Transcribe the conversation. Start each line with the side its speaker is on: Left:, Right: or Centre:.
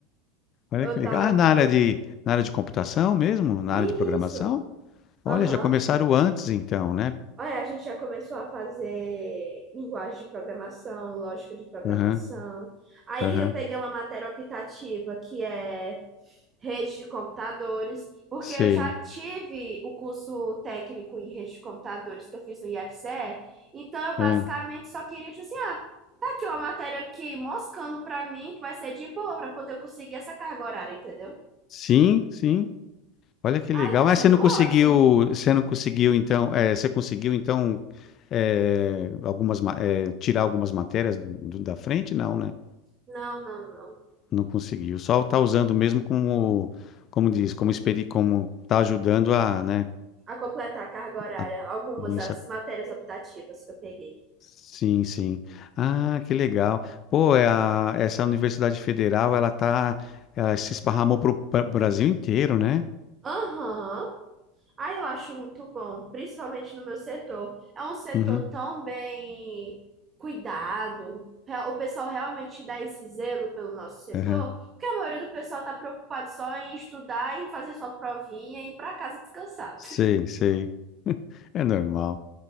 Left: Olha
Right: Eu
Left: que legal.
Right: tava.
Left: Ah, na área
Right: eu-
Left: de, na área de computação mesmo? Na
Right: Isso.
Left: área de programação?
Right: Aham.
Left: Olha, já começaram antes então, né?
Right: Ah, é, a gente já começou a fazer linguagem de programação, lógica de programação.
Left: Aham,
Right: Aí
Left: aham,
Right: eu peguei uma matéria optativa que é rede de computadores, porque
Left: sei.
Right: eu já tive o curso técnico em rede de computadores que eu fiz no IFCE, então eu basicamente
Left: Ah,
Right: só queria, tipo assim, ah, tá aqui uma matéria aqui moscando pra mim, que vai ser de boa pra poder eu conseguir essa carga horária, entendeu?
Left: Sim, sim. Olha que
Right: Ai,
Left: legal.
Right: tá
Left: Mas
Right: sendo
Left: você não conseguiu,
Right: ótimo.
Left: você não conseguiu então, eh, você conseguiu então eh, algumas, ma- eh, tirar algumas matérias do- da frente? Não, né?
Right: Não, não, não.
Left: Não conseguiu. Só está usando mesmo como, como diz, como experi, como está ajudando a, né,
Right: a completar a carga horária
Left: a,
Right: algumas
Left: isso,
Right: das matérias optativas que eu peguei.
Left: Sim, sim. Ah, que legal. Pô, é a- essa Universidade Federal, ela tá, ela se esparramou pro pa- Brasil inteiro, né?
Right: Aham. Aí eu acho muito bom, principalmente no meu setor. É um setor
Left: Uhum,
Right: tão bem cuidado. Re- O pessoal realmente dá esse zelo pelo nosso setor,
Left: uhum.
Right: porque a maioria do pessoal está preocupado só em estudar, em fazer sua provinha e ir para casa descansar.
Left: Sei, sei. <laughs> É normal.